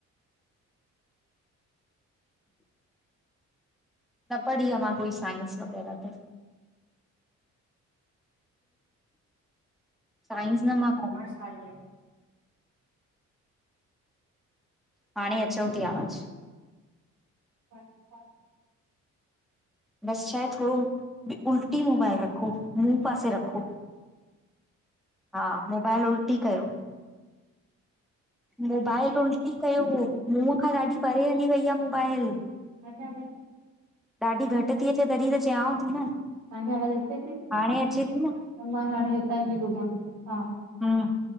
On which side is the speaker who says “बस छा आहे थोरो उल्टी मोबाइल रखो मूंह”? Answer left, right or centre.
Centre